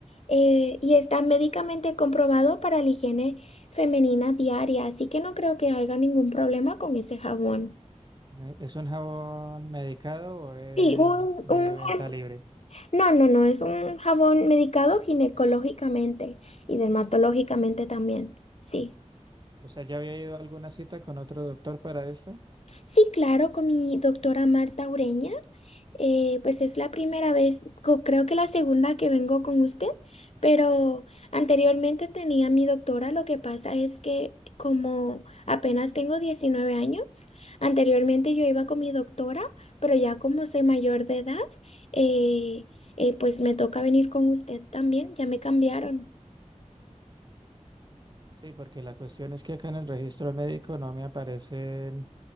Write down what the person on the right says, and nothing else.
¿E- ¿Es un jabón medicado o es
de
venta
libre?
O sea, ¿ya había ido a alguna cita con otro doctor para esto?
Sí, porque la cuestión es que acá en el registro médico no me aparecen